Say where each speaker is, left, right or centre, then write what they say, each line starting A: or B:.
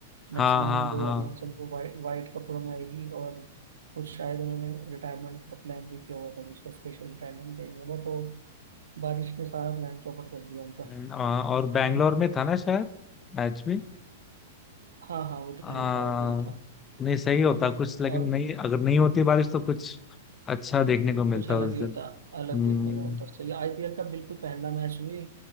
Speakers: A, on the left; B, on the right.
A: हाँ
B: मैक्सिमम
A: हाँ
B: जो
A: हाँ
B: ऑडियंस है वो वाइट वाइट कपड़ों में आएगी और कुछ शायद उन्होंने रिटायरमेंट का प्लान भी किया हुआ था कि इसको स्पेशल रिटायरमेंट देंगे बट वो बारिश ने सारा प्लान चौपट कर दिया उनका
A: हम्म, आ, और बैंगलोर
B: है ना
A: में था ना शायद मैच भी
B: हाँ हाँ उधर
A: आ,
B: ही था उधर ही था
A: नहीं सही होता कुछ लेकिन
B: और
A: नहीं अगर नहीं होती बारिश तो कुछ अच्छा देखने को मिलता
B: कुछ अलग
A: उस
B: ही
A: दिन
B: होता अलग
A: हम्म
B: देखने को होता सही आईपीएल का बिल्कुल पहला मैच भी